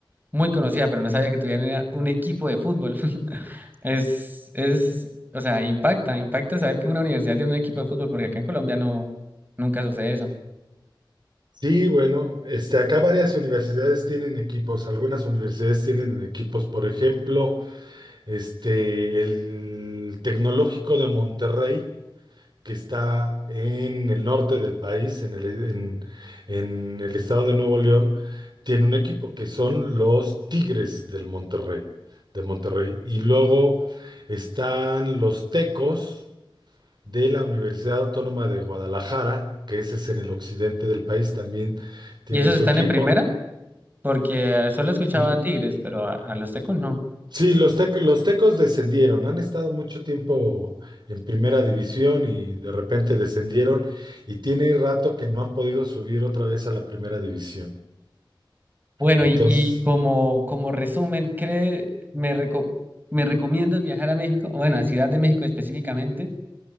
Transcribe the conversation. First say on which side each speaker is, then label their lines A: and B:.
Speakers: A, on the right; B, on the right.
A: muy conocida, pero no sabía que tuviera un equipo de fútbol. <laughs> Es, es, o sea, impacta, impacta saber que una universidad tiene un equipo de fútbol, porque acá en Colombia no, nunca sucede eso.
B: Sí, bueno, este, acá varias universidades tienen equipos, algunas universidades tienen equipos, por ejemplo, este, el Tecnológico de Monterrey, que está en el norte del país, en el, en, en el estado de Nuevo León, tiene un equipo que son los Tigres del Monterrey, de Monterrey. Y luego están los Tecos de la Universidad Autónoma de Guadalajara, que ese es en el occidente del país, también tienen
A: Y esos
B: su
A: están
B: equipo.
A: en primera, porque solo escuchaba
B: L-
A: a Tigres, pero a, a los Tecos no.
B: Sí, los, tec- los tecos descendieron, han estado mucho tiempo en primera división y de repente descendieron y tiene rato que no han podido subir otra vez a la primera división.
A: Bueno,
B: Entonces,
A: y, y como, como resumen, ¿cree, me, reco- me recomiendas viajar a México? Bueno, a Ciudad de México específicamente.